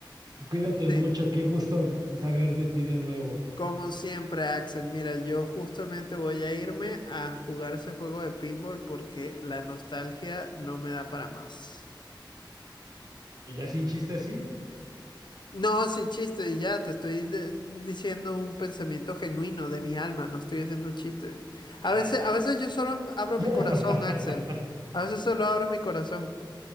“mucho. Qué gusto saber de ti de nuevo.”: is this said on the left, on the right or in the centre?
Right